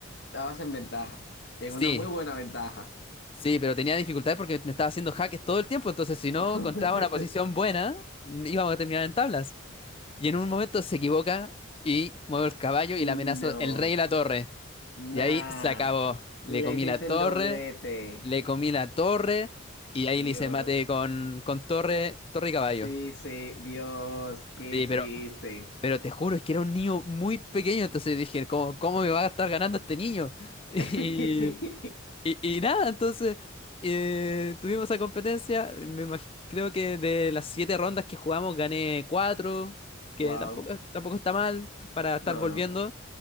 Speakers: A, on the left (about 60°); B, on the left (about 30°).
A: Estabas en ventaja. En
B: Sí,
A: una muy buena ventaja.
B: Sí, pero tenía dificultades porque me estaba haciendo jaques todo el tiempo, entonces si no
A: <laughs>
B: encontraba una posición buena, íbamos a terminar en tablas. Y en un momento se equivoca y muevo el caballo
A: No.
B: y le amenazo el rey y la torre.
A: Nah,
B: Y ahí se acabó. Le
A: le
B: comí
A: hiciste
B: la torre,
A: el doblete.
B: le comí la torre y ahí
A: Dios.
B: le hice mate con, con torre, torre
A: Sí,
B: y caballo.
A: sí, Dios, qué
B: Sí,
A: triste.
B: pero, pero te juro, es que era un niño muy pequeño, entonces dije, ¿cómo, cómo me va a estar ganando este niño? <laughs>
A: <laughs>
B: Y, Y, y nada, entonces eh, tuvimos esa competencia. me imag- creo que de las siete rondas que jugamos gané cuatro, que
A: Wow.
B: tampoco, tampoco está mal para estar
A: No,
B: volviendo.
A: no.